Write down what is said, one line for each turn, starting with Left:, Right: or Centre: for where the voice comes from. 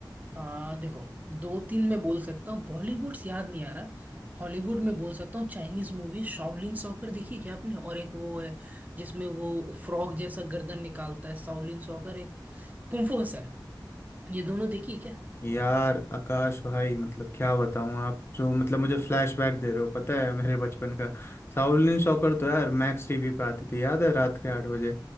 Right: आ देखो दो तीन मैं बोल सकता हूँ बॉलीवुड से याद नहीं आ रहा हॉलीवुड में बोल सकता हूँ चाइनीज मूवी शाओलिन सॉकर देखी क्या आपने और एक वो है जिसमें वो फ्रॉग जैसा गर्दन निकालता है शाओलिन सॉकर एक कुंफू हसल ये दोनों देखी क्या
Left: यार आकाश भाई मतलब क्या बताऊं आप जो मतलब मुझे फ्लैशबैक दे रहे हो पता है मेरे बचपन का शाओलिन सॉकर तो यार मैक्स टीवी पे आती थी याद है रात के आठ बजे